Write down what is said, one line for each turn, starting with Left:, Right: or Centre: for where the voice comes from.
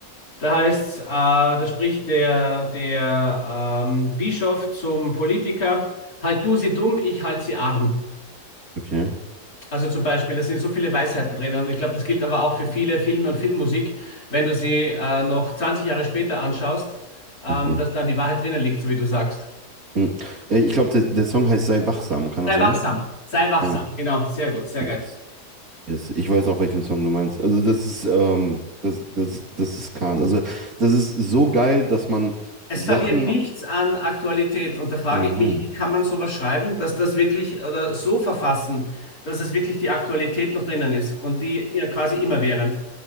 Left: Da heißt, äh, da spricht der, der ähm, Bischof zum Politiker, halt du sie dumm, ich halt sie arm.
Right: Okay.
Left: Also zum Beispiel, da sind so viele Weisheiten drin und ich glaube, das gilt aber auch für viele Filme und Filmmusik, wenn du sie äh, noch 20 Jahre später anschaust, ähm,
Right: Okay.
Left: dass dann die Wahrheit drinnen liegt, so wie du sagst.
Right: Hm. Äh, Ich glaube, der, der Song heißt Sei wachsam, kann das
Left: Sei
Right: sein?
Left: wachsam, sei wachsam.
Right: Ja.
Left: Genau, sehr gut, sehr
Right: Yes.
Left: geil.
Right: Yes. Ich weiß auch, welchen Song du meinst. Also das ist, ähm, das, das, das ist Kahn. Also das ist so geil, dass man
Left: Es
Right: Sachen.
Left: verliert nichts an Aktualität. Und da frage
Right: Nein.
Left: ich mich, wie kann man sowas schreiben, dass das wirklich oder so verfassen, dass es wirklich die Aktualität noch drinnen ist und die ja quasi immerwährend.